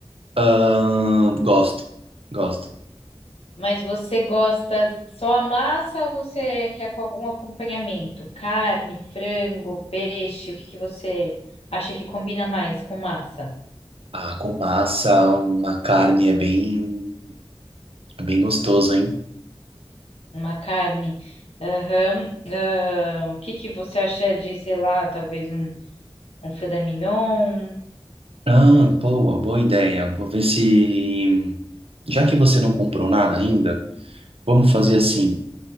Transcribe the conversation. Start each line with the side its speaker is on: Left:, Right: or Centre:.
Right: Ah, gosto, gosto.
Left: Mas você gosta só a massa ou você quer com algum acompanhamento? Carne, frango, peixe? O que que você acha que combina mais com massa?
Right: Ah, com massa, uma carne é bem. É bem gostoso, hein?
Left: Uma carne? Aham. ahn, o que que você acha de, sei lá, talvez um, um filé mignon?
Right: Ah, boa, boa ideia. Vou ver se. Já que você não comprou nada ainda, vamos fazer assim.